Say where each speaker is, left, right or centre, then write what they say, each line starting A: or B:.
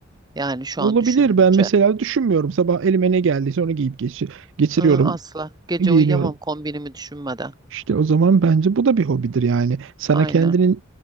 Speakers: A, on the right (about 20°); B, on the right (about 60°).
A: Yani şu
B: Olabilir.
A: an düşününce.
B: Ben mesela düşünmüyorum. Sabah elime ne geldiyse onu giyip geçi- geçiriyorum,
A: Hı, asla. Gece
B: giyiniyorum.
A: uyuyamam kombinimi düşünmeden.
B: İşte o zaman bence bu da bir hobidir yani. Sana
A: Aynen.
B: kendini